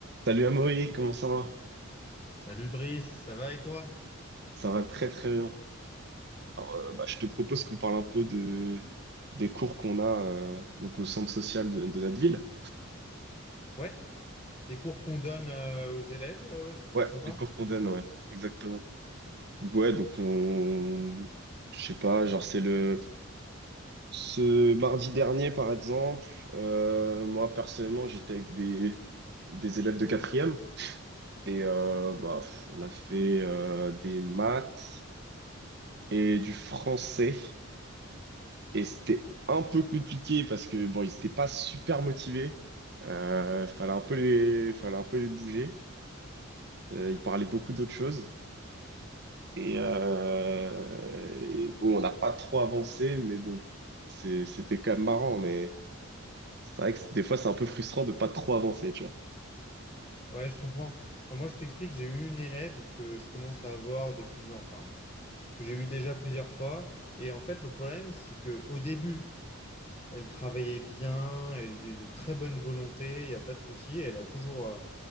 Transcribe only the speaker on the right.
Salut Amaury, comment ça va?
Ça va très très bien. Alors, euh, bah, je te propose qu'on parle un peu de des cours qu'on a euh, donc au centre social de, de notre ville.
Ouais,
les cours qu'on donne, ouais, exactement. Ouais, donc on, je sais pas, genre c'est le ce mardi dernier par exemple. euh, moi personnellement, j'étais avec des des élèves de quatrième et euh, bah on a fait euh, des maths et du français. Et c'était un peu compliqué parce que bon, ils n'étaient pas super motivés. Euh, fallait un peu les, fallait un peu les bouger. Euh, ils parlaient beaucoup d'autres choses. Et, euh, et bon, on n'a pas trop avancé, mais bon, c'est- c'était quand même marrant. Mais c'est vrai que c'est- des fois, c'est un peu frustrant de pas trop avancer, tu vois.